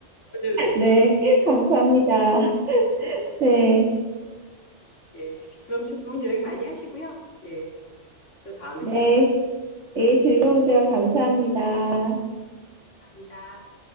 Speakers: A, on the left; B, on the right.
A: 저는,
B: 네, 감사합니다. 네,
A: 예, 그럼 좋은 여행 많이 하시고요. 예, 또 다음에
B: 네.
A: 또 연락하시기
B: 예, 즐거운 대화 감사합니다.
A: 바랍니다.